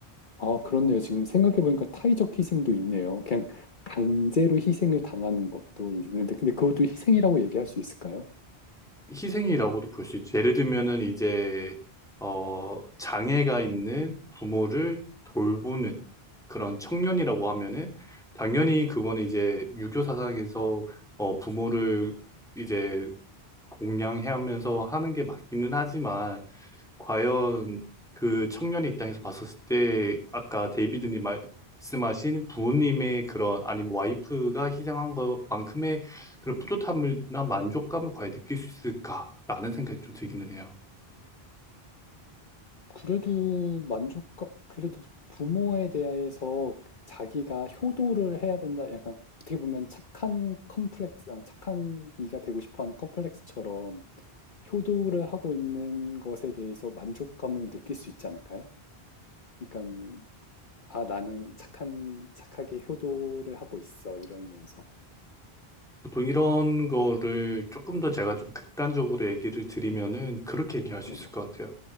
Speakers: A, on the left; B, in the centre.
A: 아, 그렇네요. 지금 생각해보니까 타의적 희생도 있네요. 그냥 강제로 희생을 당하는 것도 있는데, 근데 그것도 희생이라고 얘기할 수 있을까요?
B: 희생이라고도 볼 수 있죠. 예를 들면은 이제 어 장애가 있는 부모를 돌보는 그런 청년이라고 하면은 당연히 그거는 이제 유교 사상에서 어 부모를 이제 공양해 하면서 하는 게 맞기는 하지만 과연 그 청년의 입장에서 봤었을 때 아까 데이비드님 말씀하신 부모님의 그런 아니면 와이프가 희생한 것만큼의 그런 뿌듯함이나 만족감을 과연 느낄 수 있을까라는 생각이 좀 들기는 해요.
A: 그래도 만족감, 그래도 부모에 대해서 자기가 효도를 해야 된다. 약간 어떻게 보면 착한 컴플렉스, 아, 착한 이가 되고 싶어 하는 컴플렉스처럼 효도를 하고 있는 것에 대해서 만족감을 느낄 수 있지 않을까요? 그러니까, 아, 나는 착한, 착하게 효도를 하고 있어. 이러면서.
B: 보통 이런 거를 조금 더 제가 좀 극단적으로 얘기를 드리면은 그렇게 얘기할 수
A: 네네.
B: 있을 것 같아요.